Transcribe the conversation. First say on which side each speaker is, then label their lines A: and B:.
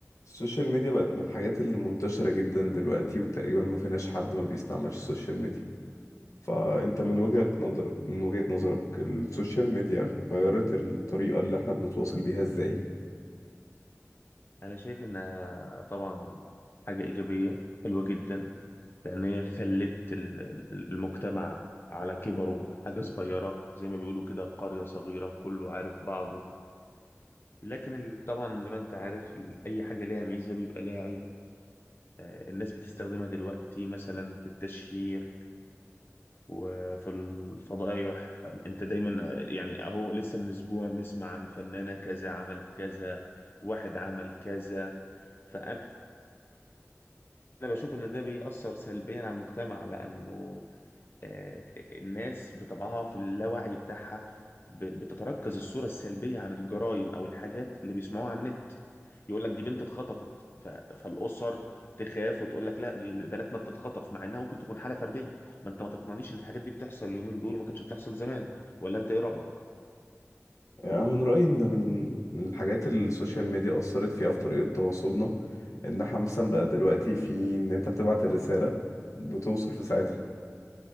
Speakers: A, on the left; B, on the left.
A: السوشيال ميديا بقت من الحاجات اللي منتشرة جدا دلوقتي وتقريبا ما فيناش حد ما بيستعملش السوشيال ميديا فأنت من
B: اه طبعا
A: وجهة نظر من وجهة نظرك السوشيال ميديا غيرت الطريقة اللي احنا بنتواصل بيها ازاي؟
B: انا شايف انها طبعا حاجه ايجابيه حلوه جدا لان هي خلت ال- ال- المجتمع على كبره حاجه صغيره زي ما بيقولوا كده قريه صغيره كله عارف بعضه لكن ال- طبعا زي ما انت عارف ال- اي حاجه ليها ميزه بيبقى ليها عيب آه، الناس بتستخدمها دلوقتي مثلا في التشهير وفي الفضائح انت دايما يعني اهو لسه من اسبوع نسمع عن فنانه كذا عملت كذا واحد عمل كذا فانا انا بشوف ان ده بيأثر سلبيا على المجتمع لانه آه، الناس بطبعها في اللاوعي بتاعها ب- بتتركز الصورة السلبية عن الجرائم أو الحاجات اللي بيسمعوها على النت يقول لك دي بنت اتخطفت ف- فالأسر تخاف وتقول لك لا دي بناتنا بتتخطف مع إنها ممكن تكون حالة فردية ما أنت ما تقنعنيش إن الحاجات دي بتحصل اليومين دول وما كانتش بتحصل زمان ولا أنت إيه رأيك؟
A: يعني من رأيي إن من من الحاجات اللي السوشيال ميديا أثرت فيها في طريقة تواصلنا إن احنا مثلا بقى دلوقتي في إن أنت بتبعت الرسالة بتوصل في ساعتها
B: امم